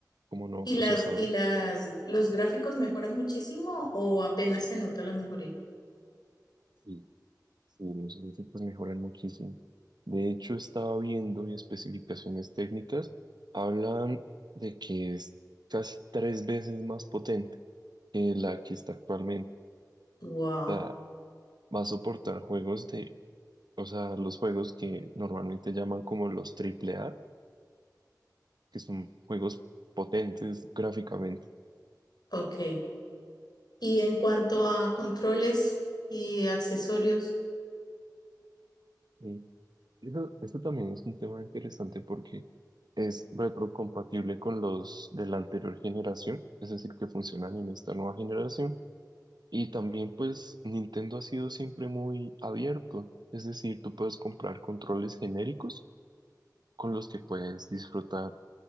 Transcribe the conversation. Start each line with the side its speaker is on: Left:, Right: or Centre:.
Right: como nuevo
Left: ¿Y
Right: procesador.
Left: las, y las, los gráficos mejoran muchísimo o apenas se nota la mejoría?
Right: Sí. Sí, los gráficos mejoran muchísimo. De hecho, estaba viendo y especificaciones técnicas hablan de que es casi tres veces más potente que la que está actualmente.
Left: Wow,
Right: O sea, va a soportar juegos de, o sea, los juegos que normalmente llaman como los triple A, que son juegos potentes gráficamente.
Left: ok. Y en cuanto a controles y accesorios,
Right: Y eso, eso también es un tema interesante porque es retrocompatible con los de la anterior generación, es decir, que funcionan en esta nueva generación Y también pues Nintendo ha sido siempre muy abierto, es decir, tú puedes comprar controles genéricos con los que puedes disfrutar